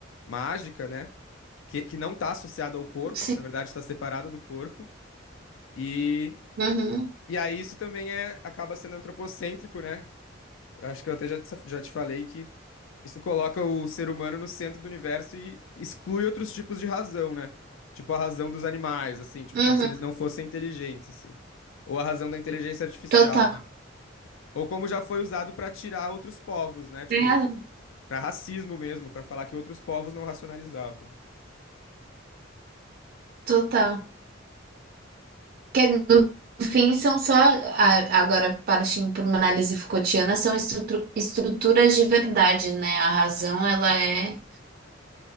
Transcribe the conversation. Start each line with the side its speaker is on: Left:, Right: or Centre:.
Left: mágica, né? Que, que não está associada ao corpo,
Right: sim.
Left: que na verdade está separada do corpo. E,
Right: Uhum.
Left: e aí isso também é, acaba sendo antropocêntrico, né? Eu Acho que eu até já te, já te falei que isso coloca o ser humano no centro do universo e exclui outros tipos de razão, né? Tipo a razão dos animais, assim, tipo,
Right: Uhum.
Left: como se eles não fossem inteligentes, assim. Ou a razão da inteligência artificial,
Right: Total.
Left: né? Ou como já foi usado para tirar outros povos, né? Tipo,
Right: Tem razão.
Left: para racismo mesmo, para falar que outros povos não racionalizavam.
Right: Total. Que no fim são só, a- agora partindo para uma análise Foucaultiana, são estrutu- estruturas de verdade, né? A razão, ela é